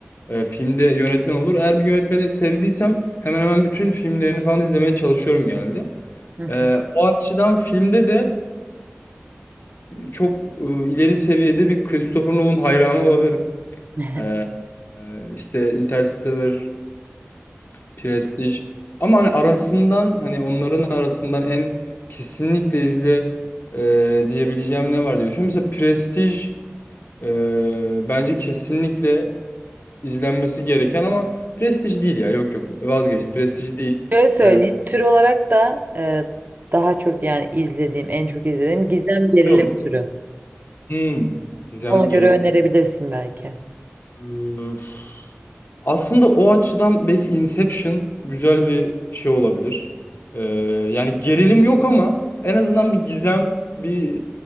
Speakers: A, on the left (about 60°); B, on the right (about 45°).
A: e, filmde yönetmen olur. Eğer bir yönetmeni sevdiysem hemen hemen bütün filmlerini falan izlemeye çalışıyorum genelde.
B: Hı hı.
A: E, o açıdan filmde de e, çok e, ileri seviyede bir Christopher Nolan hayranı olabilirim.
B: <laughs>
A: E, e, işte Interstellar Prestij. Ama hani arasından hani onların arasından en kesinlikle izle e, diyebileceğim ne var diye düşünüyorum. Mesela Prestij e, bence kesinlikle izlenmesi gereken ama Prestij değil ya. Yok yok vazgeçtim. Prestij değil.
B: Şöyle söyleyeyim.
A: E,
B: Tür olarak da e, daha çok yani izlediğim, en çok izlediğim gizem gerilim
A: Yok.
B: türü.
A: hmm. Gizem
B: Ona göre önerebilirsin belki.
A: gerildi. Aslında o açıdan belki Inception güzel bir şey olabilir. Ee, yani gerilim yok ama en azından bir gizem, bir